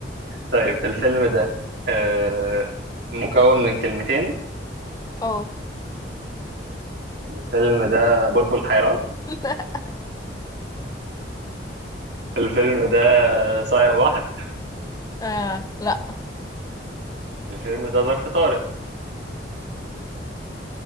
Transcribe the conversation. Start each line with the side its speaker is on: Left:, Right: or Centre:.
Right: طيب الفيلم ده آه، مكون من كلمتين
Left: اه
Right: الفيلم ده بلبل حيران
Left: لا
Right: الفيلم ده صايع بحر
Left: آه لا <clears throat>
Right: الفيلم ده ظرف طارق